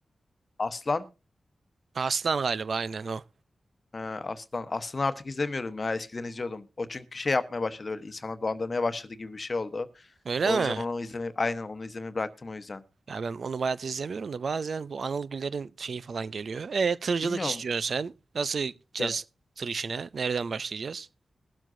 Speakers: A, on the left; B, on the right.
A: Aslan.
B: Aslan galiba aynen o.
A: He, Aslan. Aslan'ı artık izlemiyorum ya. Eskiden izliyordum. O çünkü şey yapmaya başladı böyle insana dolandırmaya başladı gibi bir şey oldu.
B: Öyle
A: O
B: mi?
A: yüzden onu izlemeyi aynen onu izlemeyi bıraktım o yüzden.
B: Ya ben onu bayat izlemiyorum da bazen bu Anıl Güller'in şeyi falan geliyor. E tırcılık
A: Bilmiyorum.
B: istiyorsun sen. Nasıl gideceğiz
A: Yani
B: tır işine? Nereden başlayacağız?